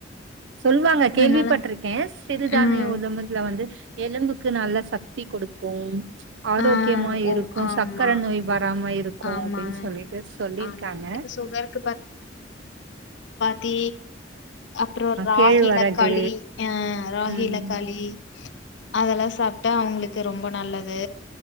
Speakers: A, on the right (about 75°); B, on the left (about 75°).
A: சொல்வாங்க கேள்விப்பட்ருக்கே
B: அதனால
A: சிறுதானிய
B: ம்
A: உதம்பதுல வந்து எலும்புக்கு நல்ல சக்தி கொடுக்கும் ஆரோக்கியமா
B: ஆ
A: இருக்கு
B: ஓ ஆமா
A: சக்கர நோய் வராம இருக்கு
B: ஆமாங்க
A: அப்டின்னு சொல்லிட்டு சொல்லிருக்காங்க
B: ஆமா இப்ப சுகருக்கு தி அப்புற ராகில
A: கேழ்வரகு
B: களி ஆ ராகில
A: ம்
B: களி அதெல்லா சாப்ட்டா அவுங்களுக்கு ரொம்ப நல்லது